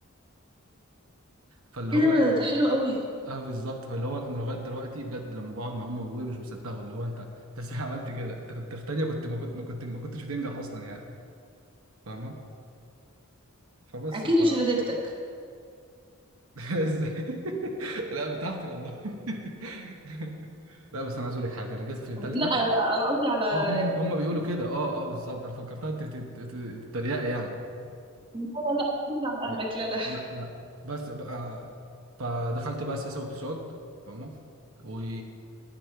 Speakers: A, on the right; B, on the right.
A: فاللي
B: ايه
A: هو
B: ده ده حلو قوي
A: اه بالظبط فاللي هو انا لغايه دلوقتي بجد لما بقعد مع امي وابويا مش بيصدقوا اللي هو انت انت ازاي عملت كده انت كنت في تانية كنت ما كنت ما كنت ما كنتش بتنجح اصلا يعني فاهمه فبس
B: اكيد
A: ف
B: مش نتيجتك
A: <laughs> ازاي؟ لا بتاعتي والله <laughs> لا بس انا عايز اقول لك حاجه انا جيت في تالتة
B: لا انا أنا قصدي على اهلك
A: اه هم هم بيقولوا كده اه اه بالظبط انا فكرتها ت- ت- ت- تريقه يعني
B: لا لا لا قصدي على
A: لا
B: اهلك لا لا
A: لا بس بقى فدخلت بقى سياسه واقتصاد فاهمه و...